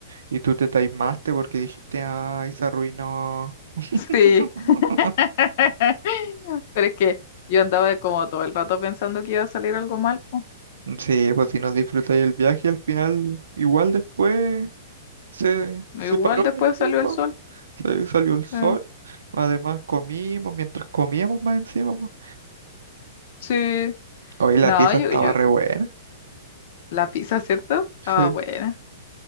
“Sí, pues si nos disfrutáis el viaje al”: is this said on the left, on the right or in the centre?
Right